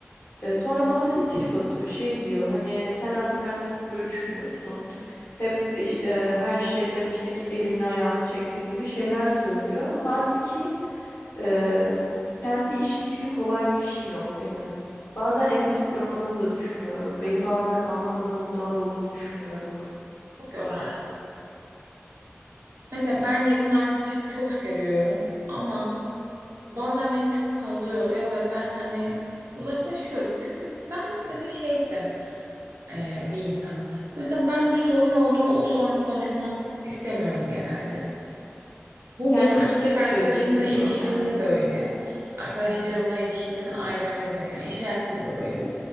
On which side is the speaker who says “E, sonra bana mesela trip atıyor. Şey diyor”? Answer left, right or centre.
Left